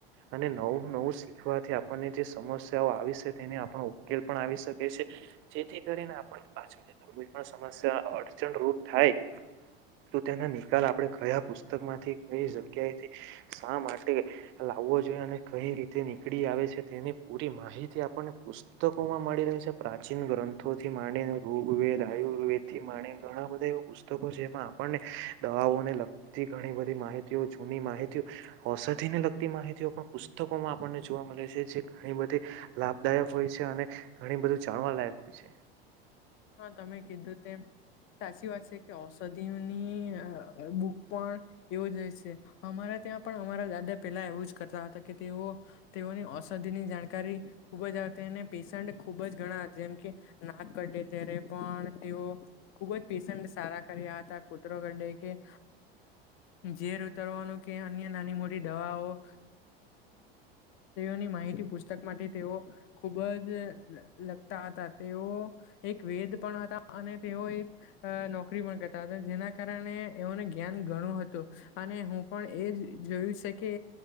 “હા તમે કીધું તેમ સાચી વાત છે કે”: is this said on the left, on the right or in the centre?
Left